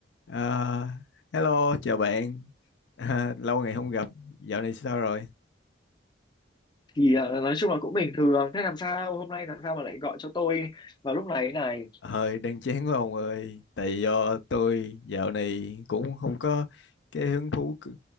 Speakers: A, on the left (about 70°); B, on the left (about 25°).
A: Ờ, hello, chào bạn. <laughs> À, lâu ngày không gặp, dạo này sao rồi?
B: thì ờ, nói chung là cũng bình thường thế làm sao hôm nay làm sao mà lại gọi cho tôi vào lúc này thế này
A: Hơi đang chán quá ông ơi. Tại do tôi dạo này cũng không có cái hứng thú c-